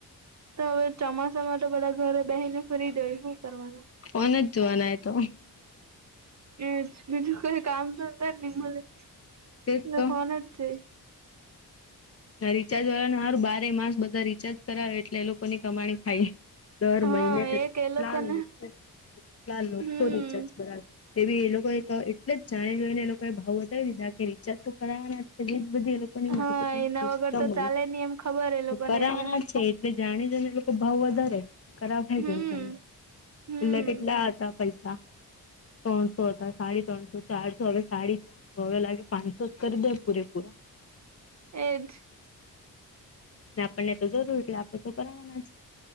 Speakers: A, on the right; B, on the left.
A: તો હવે ચોમાસા માટે તો બધા ઘરે બહેને ફરી દઈ શું કરવાનું
B: ફોન જ જોવાનાય તો
A: એજ બીજું કોઈ કામ ધંધાર નની ભલે ત
B: તેજ તો
A: ફોન જ
B: રિચાર્જ વાળાને સારું બારે માસ બધા રિચાર્જ કરાવે એટલે એ લોકોની કમાણી થાય દર
A: હા
B: મહિને
A: એક
B: કેટલા
A: એ લોકોને
B: લોકો કેટલા લોકો
A: હમ
B: રિચાર્જ કરાવે એવી એ લોકોએ તો એટલે જ જાણે જોઈને એ લોકોએ ભાવ બતાવી દીધા કે રચા ના છે બધી એ લોકોની માર્કેટંગ
A: હા એના
B: સિસ્ટમ
A: વગર તો ચાલે નહી એમ ખબર એ લોકોને
B: હોયના
A: એટલે
B: છે એટલે જાણી જાઈને એ લોકો ભાવ વધારે ખરાબ થાય
A: હમ
B: છે એમ
A: હમ
B: એટલા કેટલા હતા? પૈસા ત્રણસો હતા સાડી ત્રણસો ચારસો હવે સાડી ચ તો હવે લાગે પાંચસો જ કરી દે પૂરેપૂરા
A: એજ
B: આપણને તો જરૂર એટલે આપડે તો કરવાના જ